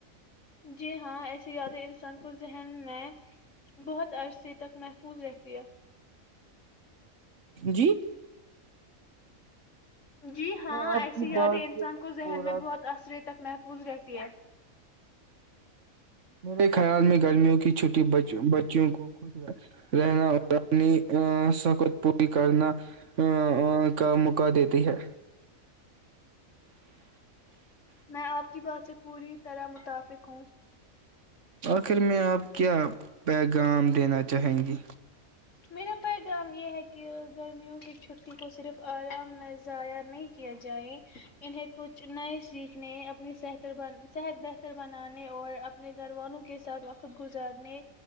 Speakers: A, on the left (about 60°); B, on the right (about 60°).
A: جی ہاں ایسی یاد ہے سان کو جذہن میں بہت عرصے تک محفوظ رہتیا
B: جی
A: جی ہاں
B: میں آپ
A: ایسی
B: کی
A: یادیں
B: بات
A: انسان
B: سے
A: کو ذہن
B: پورا
A: میں بہت اثرت تک محفوظ رہتی ہیں
B: میرے خیال میں گرمیوں کی چھٹی بچوں کو خوش رہنا اور اپنی سخت پوری کرنا ا کا موقع دیتی ہے
A: میں آپ کی بات سے پوری طرح متفق ہوں
B: آخر میں آپ کیا بیغام دینا چاہیں گی
A: میرا پیغام یہ ہے کہ گرمیوں کی چھٹی کو صرف آرام م ضائع نہیں کیا جائےیں انہیں کچھ نئے سیکھ نے اپنی صحت ب صحت بت ر بنانے اور اپنے گھر والوں کس ساتھ گزارنے